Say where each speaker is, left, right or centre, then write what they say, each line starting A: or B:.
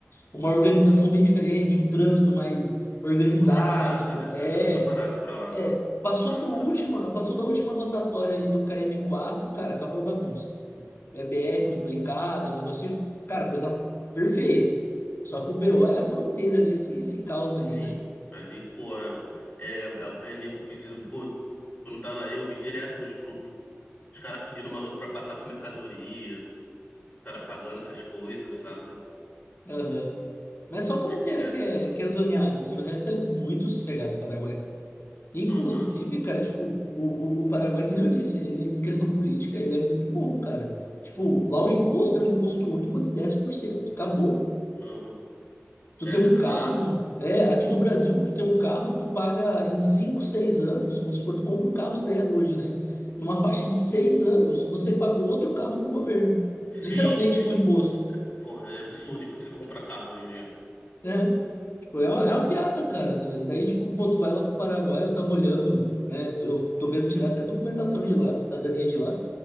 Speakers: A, on the left; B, on the left.
A: uma organização bem diferente, um trânsito mais organizado,
B: outra parada, né? Já
A: é...
B: virou outra parada pra lá.
A: É, passou
B: Ah,
A: do
B: não
A: último,
B: sabia não.
A: passou da última rotatória ali do km quatro cara, acabou a bagunça. É BR
B: Uhum.
A: duplicada, um negocinho, cara, coisa perfeita. Só que o BO é a fronteira ali, esse, esse caos ali,
B: Sim,
A: né?
B: ali, porra, é, é, é nego pedindo, pô, quando tava aí, eu vi direto nos grupos, os caras pedindo maluco pra passar com mercadoria, os cara pagando essas coisas, saca?
A: Aham. Mas só a fronteira
B: É direto
A: que é,
B: isso.
A: que é zoneada, assim, o resto é muito sossegado o Paraguai. Inclusive,
B: Aham,
A: cara, tipo, o, o, o Paraguai, que nem eu disse, ele em questão política, ele é muito bom, cara. Tipo, lá o imposto é um imposto único de dez por cento Acabou.
B: aham.
A: Tu
B: É,
A: tem
B: tem
A: um
B: essa
A: carro,
B: parada.
A: é, aqui no Brasil,
B: Uhum,
A: tu tem um carro, tu paga em 5 6 anos, vamos supor, tu compra um carro zero hoje, né? Numa
B: uhum.
A: faixa de 6 anos, você paga outro carro pro governo.
B: Sim,
A: Literalmente
B: sim.
A: com imposto.
B: Porra, é absurdo, impossível comprar carro hoje em dia.
A: É, tipo, é uma, é
B: É
A: uma
B: imposs...
A: piada, cara. E daí, tipo, pô, tu vai lá pro Paraguai, eu tava olhando, né? Eu tô vendo tirar até documentação de lá, cidadania de lá.